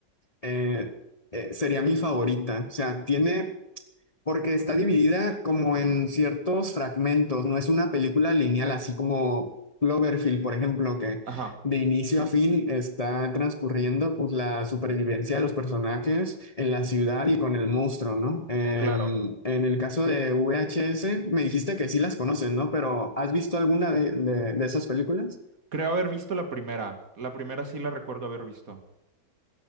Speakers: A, on the left (about 25°); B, on the right (about 50°).
A: eh, eh, sería mi favorita. O sea, tiene porque está dividida como en ciertos fragmentos, no es una película lineal, así como Cloverfield, por ejemplo, que
B: Ajá,
A: de inicio a fin está transcurriendo pues la supervivencia de los personajes en la ciudad y con el monstruo, ¿no? Em,
B: claro.
A: en el caso de VHS, me dijiste que sí las conoces, ¿no? Pero ¿has visto alguna de, de de esas películas?
B: Creo haber visto la primera. La primera sí la recuerdo haber visto.